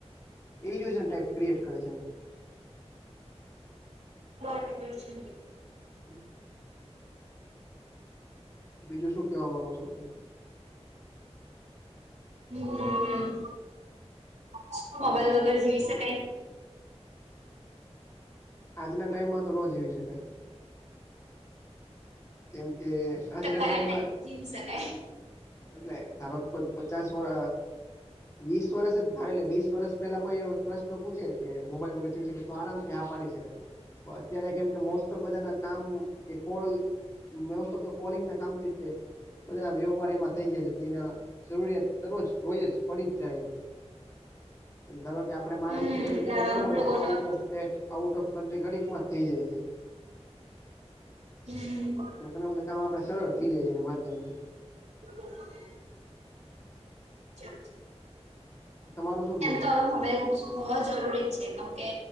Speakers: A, on the left; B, on the right.
A: એલઝન ટાઈપ ક્રિએટ કરે છે.
B: બ ખબર છે <unintelligible>
A: હમ <inaudible> બીજું શું કેવા માંગુ છો હવે.
B: હમ શું મોબાઈલ વગર જીવી શકાય
A: આજના ટાઈઇમમાં તો ન જીવી શકાય. કેમ કે આજના
B: તો કયા
A: ટાઈમમાં
B: જીવી શકાય
A: એટલે ધારો કે કોઈ પચાસ વર્ વીસ વર્ષ જ ધારે લે વીસ વર્ષ પેલા કોઈ એ પ્રશ્ન પૂછે કે મોબાઈલ વગર જેવી શ તો આરામથી હા પાડી શકે તો અત્યારે કેમ કે મોસ્ટ બધા ના કામ કે call most of the calling ના કામ થી તે બધા વ્યવહાર એમાંથી થઈ ગયા છે એના જરૂરિયાત દરરોજ જોઈ જ પડી જ જાય એમ એમ ધમે કે આપડે મારે
B: હમ્મ
A: અહીંથી કોઈને
B: એટલે
A: કોલ કરવો
B: અમુક
A: હોય
B: લોકો
A: તો out
B: hmm
A: of out of country ઘડીક માં જ થઇ જાય છે.
B: હમ <unintelligible>
A: અને ઘણા બધા કામ આપડે સરળ થઈ જાય છે એના માધ્યમથી
B: હ <inaudible> ચ <inaudible>
A: તમારુ શું. કેવું
B: એમ તો
A: છે
B: હવે મોબાઈલ હોવો જરૂરી છે કેમકે